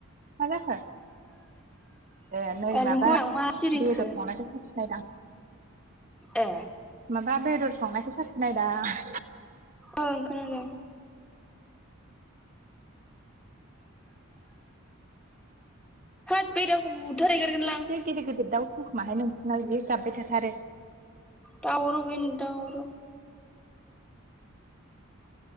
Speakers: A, on the right; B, in the centre.
A: मा जाखो? ए नै माबा
B: नोंखौ आं मा सिरि
A: बेदर
B: जाखो
A: संनायखौ साखिनायदां।
B: ए
A: माबा बेदर संनायखौ साखिनायदां।
B: ओं खोनादों। होद बे दाउखौ बुथार हैगारगोनलां।
A: एसे गिदिर गिदिर दाउ दंखुमाहाय नोंसाना बिदि गाब्बाय थाथारो।
B: दावराव गैयैनि दावराव।